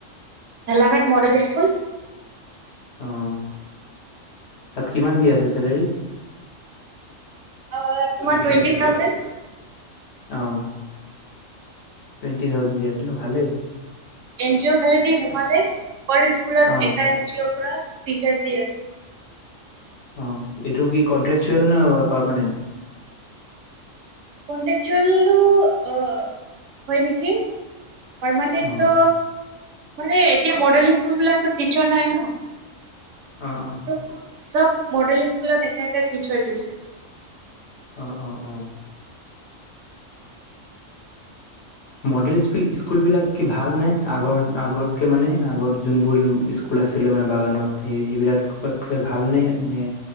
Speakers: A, on the right; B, on the left.
A: Dhalaghat model school.
B: অহ, তাত কিমান দি আছে চেলেৰী?
A: অহ, তোমাৰ টুৱেণ্টি থাউজেণ্ড।
B: অঁ। টুৱেন্টি থাউজেণ্ড দি আছে ন? ভালেই।
A: এন জি অ' ফালেদি সোমালে পাৰ স্কুলত
B: অ
A: এটা এন জি অ'ৰ পৰা টিচাৰ দি আছে।
B: অ এইটো কি কনট্ৰেকচোৱেল নে পাৰমানেণ্ট?
A: কনট্ৰেকচোৱেলো অ হয় নেকি। পাৰমানেণ্টো
B: অ।
A: মানে এতিয়া মডেল স্কুল বিলাকত টিচাৰ নাই ন।
B: অঁ অঁ।
A: ত' চব মডেল স্কুলত এটা এটা টিচাৰ দিছে।
B: অঁ অঁ অঁ। মডেল স্কুল স্কুলবিলাক কি ভাল নে আগৰ আগতকে মানে আগত যোনবোৰ স্কুল স্কুল আছিলে মানে বাগানত সেই সেই বিলাকতকে ভালনে? নে